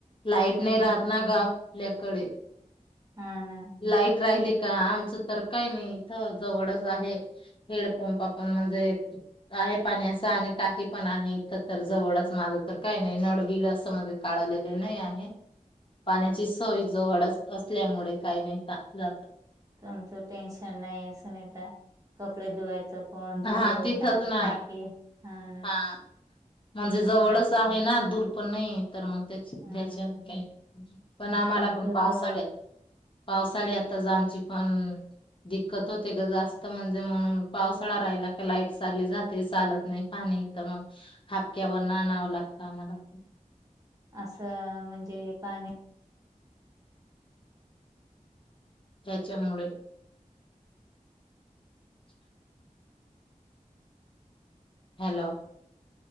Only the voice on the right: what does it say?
हम्म
हा ना
आमचं टेन्शन नाही सूनिता कपडे दु ठवायच पण
तिथं
टा
टाकी हा ना
आम
हा.
आमचं
तर
असं म्हणजे पाणी